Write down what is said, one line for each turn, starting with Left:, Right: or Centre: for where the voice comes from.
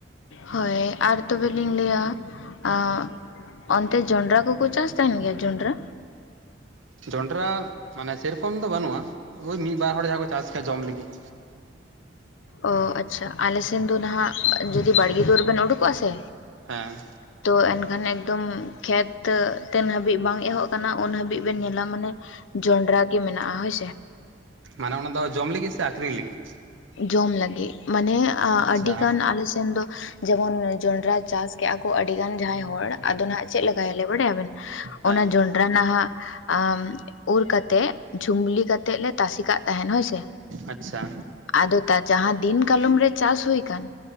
Left: ᱦᱳᱭ ᱟᱨ ᱛᱚᱵᱮᱞᱤᱧ ᱞᱟᱹᱭᱟ ᱟᱜ ᱚᱱᱛᱮ ᱡᱚᱸᱰᱨᱟ ᱠᱚᱠᱚ ᱪᱟᱥ ᱛᱟᱦᱮᱱ ᱜᱮᱭᱟ ᱡᱚᱸᱰᱨᱟ
Right: ᱡᱚᱸᱰᱨᱟ ᱢᱟᱱᱮ ᱥᱮᱨᱚᱠᱚᱢ ᱫᱚ ᱵᱟᱹᱱᱩᱜᱼᱟ᱾ ᱳᱭ ᱢᱤᱫ ᱵᱟᱨ ᱦᱚᱲ ᱡᱟᱦᱟᱸ ᱠᱚ ᱪᱟᱥ ᱠᱭᱟ ᱡᱚᱢ ᱞᱟᱹᱜᱤᱫ᱾
Left: ᱚ ᱟᱪᱪᱷᱟ᱾ᱟᱞᱮ ᱥᱮᱱ ᱫᱚ ᱱᱟᱦᱟᱜ ᱡᱩᱫᱤ ᱵᱟᱲᱜᱮ ᱫᱩᱣᱟᱹᱨ ᱵᱮᱱ ᱩᱰᱩᱠᱚᱜᱼᱟ ᱥᱮ
Right: ᱦᱮᱸ
Left: ᱛᱚ ᱮᱱᱠᱷᱟᱱ ᱮᱠᱫᱚᱢ ᱠᱷᱮᱛ ᱛᱤᱱ ᱦᱟᱹᱵᱤᱡ ᱵᱟᱝ ᱮᱦᱚᱵ ᱟᱠᱟᱱᱟ ᱩᱱ ᱦᱟᱹᱵᱤᱡ ᱵᱮᱱ ᱧᱮᱞᱟ ᱢᱟᱱᱮ ᱡᱚᱸᱰᱨᱟ ᱜᱮ ᱢᱮᱱᱟᱜᱼᱟ᱾ᱦᱳᱭ ᱥᱮ
Right: ᱢᱟᱱᱮ ᱚᱱᱟ ᱫᱚ ᱡᱚᱢ ᱞᱟᱹᱜᱤᱫ ᱥᱮ ᱟᱠᱷᱨᱤᱧ ᱞᱟᱹᱜᱤᱫ?
Left: ᱡᱚᱢ ᱞᱟᱹᱜᱤᱫ᱾ ᱢᱟᱱᱮ
Right: ᱟᱪᱪᱷᱟ
Left: ᱟᱹᱰᱤ ᱜᱟᱱ ᱟᱞᱮ ᱥᱮᱱ ᱫᱚ ᱡᱮᱢᱚᱱ ᱡᱚᱸᱰᱨᱟ ᱪᱟᱥ ᱠᱮᱜᱼᱟ ᱠᱚ ᱟᱹᱰᱤ ᱜᱟᱱ᱾ᱡᱟᱦᱟᱸᱭ ᱦᱚᱲ ᱟᱫᱚ ᱱᱟᱦᱟᱜ ᱪᱮᱫ ᱞᱮᱠᱟᱭᱟᱞᱮ ᱵᱟᱰᱟᱭᱟᱵᱮᱱ
Right: ᱦᱮᱸ
Left: ᱚᱱᱟ ᱡᱚᱸᱰᱨᱟ ᱱᱟᱦᱟᱜ ᱟ ᱩᱨ ᱠᱟ ᱠᱟᱛᱮᱫ ᱡᱷᱩᱢᱞᱤ ᱠᱟᱛᱮᱜ ᱞᱮ ᱛᱟᱥᱮ ᱠᱟᱜ ᱛᱟᱦᱮᱱ ᱦᱳᱭᱥᱮ
Right: ᱟᱪᱪᱷᱟ᱾
Left: ᱟᱫᱚ ᱡᱟᱦᱟᱸ ᱫᱤᱱ ᱠᱟᱞᱚᱢ ᱨᱮ ᱪᱟᱥ ᱦᱩᱭ ᱟᱠᱟᱱ᱾